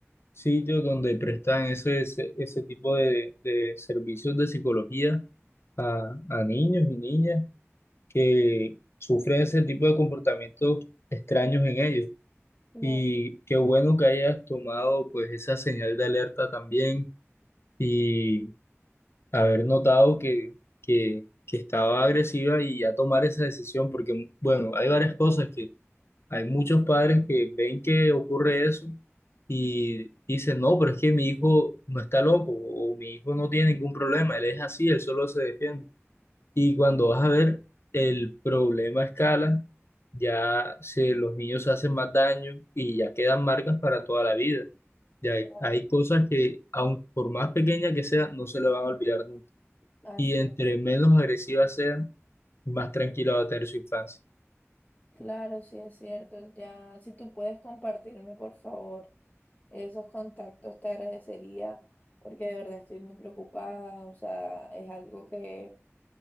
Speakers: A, on the left; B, on the left.
A: sitios donde prestan ese, ese, ese tipo de, de servicios de psicología a, a niños y niñas que sufren ese tipo de comportamientos extraños en ellos.
B: Claro,
A: Y qué bueno que hayas tomado pues esa señal de alerta también y haber notado que, que, que estaba agresiva y ya tomar esa decisión, porque bueno, hay varias cosas hay muchos padres que ven que ocurre eso y dicen, no, pero es que mi hijo no está loco o mi hijo no tiene ningún problema, él es así, él solo se defiende. Y cuando vas a ver el problema a escala, ya se, los niños se hacen más daño y ya quedan marcas para toda la vida. Ya
B: claro.
A: hay, hay cosas que, aun por más pequeña que sea, no se le van a olvidar nunca.
B: Así,
A: Y entre menos agresiva sea, más tranquila va a tener su infancia.
B: claro, sí es cierto. Ya, si tú puedes compartirme, por favor, esos contactos, te agradecería, porque de verdad estoy muy preocupada. O sea, es algo que